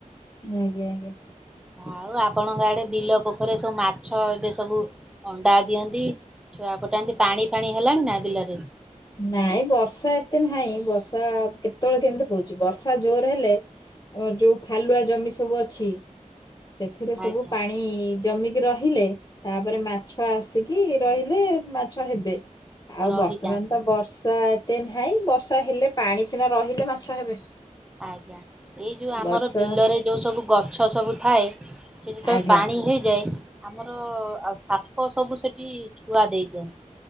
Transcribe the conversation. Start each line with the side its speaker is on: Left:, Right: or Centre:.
Left: ଆଜ୍ଞା ଆଜ୍ଞା।
Centre: ଆଉ ଆପଣଙ୍କ ଆଡେ ବିଲ ପୋଖରେ ସବୁ ମା ଛ ଏବେ ସବୁ ଅଣ୍ଡା ଦିଅନ୍ତି ଛୁଆ ଫୁଟାନ୍ତି ପାଣି ଫାଣି ହେଲାଣି ନା ବିଲରେ?
Left: ନାଇଁ ବର୍ଷା ଏତେ ନାହିଁ ବର୍ଷା କେତେବେଳେ କେମତି ହଉଛି ବର୍ଷା ଜୋର ହେଲେ ଅଁ ଯୋଉ ଖାଲୁଆ ଜମି ସବୁ ଅଛି ସେଥିରେ ସବୁ
Centre: ଆଜ୍ଞା
Left: ପାଣି ଜମିକି ରହିଲେ ତାପରେ ମାଛ ଆସିକି ରହିଲେ ମାଛ ହେବେ। ଆଉ
Centre: ରହିଯାଆନ୍ତି
Left: ବର୍ତ୍ତମାନ ତ ବର୍ଷା ଏତେ ନାହିଁ ବର୍ଷା ହେଲେ ପାଣି ସିନା ରହିଲେ ମାଛ ହେବେ।
Centre: ଆଜ୍ଞା ଏଇ ଯୋଉ ଆମର
Left: ବର୍ଷା
Centre: ବିଲରେ ଯୋଉ ସବୁ ଗଛ ସବୁ ଥାଏ। ସେ ଯେତେବେଳେ
Left: ଆଜ୍ଞା
Centre: ପାଣି ହେଇଯାଏ। ଆମର ଆଉ ସାପ ସବୁ ସେଟି ଛୁଆ ଦେଇ ଦିଅନ୍ତି